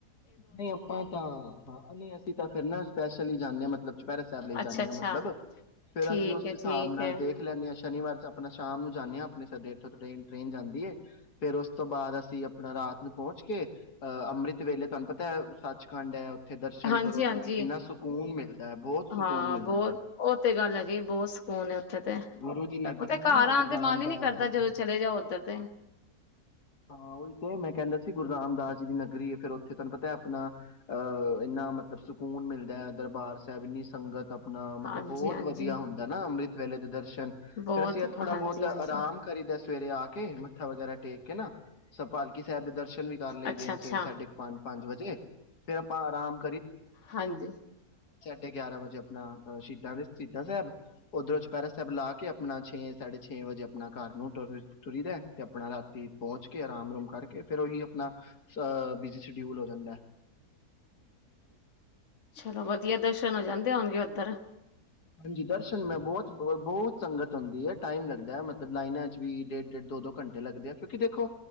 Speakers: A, on the left; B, on the left.
A: ਨਹੀਂ ਆਪਾਂ ਤਾਂ, ਹਾਂ ਨਹੀਂ ਅਸੀਂ ਤਾਂ ਫਿਰ ਨਾ ਸਪੈਸ਼ਲ ਹੀ ਜਾਨੇ ਆਂ ਮਤਲਬ ਚੁਪੈਰਾ ਸਾਹਿਬ ਲਈ
B: ਅੱਛਾ
A: ਜਾਂਨੇ
B: ਅੱਛਾ
A: ਆਂ ਮਤਲਬ ਫਿਰ
B: ਠੀਕ
A: ਅਸੀਂ ਉਸ
B: ਹੈ
A: ਹਿਸਾਬ
B: ਠੀਕ
A: ਨਾਲ
B: ਹੈ
A: ਦੇਖ ਲੈਨੇ ਆਂ ਸ਼ਨੀਵਾਰ ਆਪਣਾ ਸ਼ਾਮ ਨੂੰ ਧਨੀਆ ਆਪਣੇ ਸਦੇ ਟਰੇਨ ਜਾਂਦੀ ਹ ਫਿਰ ਉਸ ਤੋਂ ਬਾਅਦ ਅਸੀਂ ਆਪਣਾ ਰਾਤ ਨੂੰ ਪਹੁੰਚ ਕੇ ਅੰਮ੍ਰਿਤ ਵੇਲੇ ਤੁਹਾਨੂੰ ਪਤਾ ਸੱਚਖੰਡ ਹੈ ਦਰਸ਼ਨ
B: ਹਾਂਜੀ
A: ਕਰੋ ਆਪਣਾ
B: ਹਾਂਜੀ
A: ਕਿੰਨਾ ਸਕੂਨ ਮਿਲਦਾ ਹੈ ਬਹੁਤ ਸਕੂਨ
B: ਹਾਂ
A: ਮਿਲਦਾ
B: ਬਹੋਤ
A: ਹੈ।
B: ਉਹ ਤੇ ਗੱਲ ਹੈਗੀ ਬਹੁਤ ਸਕੂਨ ਏ ਉਥੇ
A: ਗੁਰੂ ਦੀ ਨਗਰੀ
B: ਉਹਦੇ
A: ਹੈ
B: ਘਰ
A: ਨਾ ਗੁਰੂ
B: ਆਂ
A: ਰਾਮਦਾਸ
B: ਤੇ ਮਨ ਹੀ ਨਹੀਂ ਕਰਦਾ
A: ਜੀ ਦੀ
B: ਜਦੋਂ ਚਲੇ ਜਾਓ ਉਧਰ ਤੇ
A: ਹਾਂ ਉਹੀ ਤੇ ਮੈਂ ਕਹਿੰਦਾ ਸੀ ਗੁਰੂ ਰਾਮਦਾਸ ਜੀ ਦੀ ਨਗਰੀ ਫਿਰ ਉੱਥੇ ਤੁਹਾਨੂੰ ਪਤਾ ਆਪਣਾ ਇਨਾ ਮਤਲਬ ਸਕੂਨ ਮਿਲਦਾ ਦਰਬਾਰ ਸਾਹਿਬ ਇੰਨੀ ਸੰਗਤ ਨਾ ਮਤਲਬ
B: ਹਾਂਜੀ
A: ਬਹੁਤ
B: ਹਾਂਜੀ
A: ਵਧੀਆ ਹੁੰਦਾ ਨਾ ਅੰਮ੍ਰਿਤ ਵੇਲੇ ਦਰਸ਼ਨ
B: ਬਹੁਤ
A: ਫਿਰ ਅਸੀਂ ਇਹ ਥੋੜਾ
B: ਹਾਂਜੀ
A: ਬਹੁਤ ਆਰਾਮ
B: ਹਾਂਜੀ
A: ਕਰੀਦਾ। ਸਵੇਰੇ ਆ ਕੇ ਮੱਥਾ ਵਗੈਰਾ ਟੇਕ ਕੇ ਨਾ ਸਭ ਪਾਲਕੀ ਸਾਹਿਬ ਦੇ ਦਰਸ਼। ਵੀ ਕਰ ਲੈਂਦੇ
B: ਅੱਛਾ
A: ਆ
B: ਅੱਛਾ
A: ਸਵੇਰੇ ਸਾਢੇ ਪੰਜ ਵਜੇ। ਤੇ ਆਪਾਂ ਆਰਾਮ
B: ਹਾਂਜੀ
A: ਗੇ ਗਿਆਰਾਂ ਵਜੇ ਆਪਣਾ ਸ਼ੀ ਦੇ ਸ਼ਹੀਦਾਂ ਸਾਹਿਬ। ਓਹਦੇ ਚ ਪੈਰਸ ਸਭ ਲਾ ਕੇ ਆਪਣਾ ਛੇਂ ਸਾਡੇ ਛੇਂ ਵਜੇ ਆਪਣਾ ਘਰ ਨੂੰ ਤੁਰੀ ਦਾ ਐ। ਤੇ ਆਪਣਾ ਰਾਤੀ ਪਹੁੰਚ ਕੇ ਆਰਾਮ ਰੂਮ ਕਰਕੇ, ਫਿਰ ਉਹੀ ਆਪਣਾ ਅ ਬਿਜ਼ੀ ਸ਼ਡਿਊਲ ਹੋ ਜਾਂਦੈ।
B: ਚਲੋ ਵਧੀਆ ਦਰਸ਼ਨ ਹੋ ਜਾਂਦੇ ਹੋਣਗੇ ਉਧਰ।
A: ਹਾਂਜੀ ਦਰਸ਼ਨ, ਮੈਂ ਬਹੁਤ ਬਹੁਤ ਬਹੁਤ ਸੰਗਤ ਅਉਂਦੀ ਐ, ਟਾਈਮ ਲੱਗਦਾ ਐ ਮਤਲਬ ਲਾਈਨਾਂ ਚ ਵੀ ਡੇਢ ਡੇਢ ਦੋ ਦੋ ਘੰਟੇ ਲੱਗਦੇ ਆ। ਕਿਉਂਕਿ ਦੇਖੋ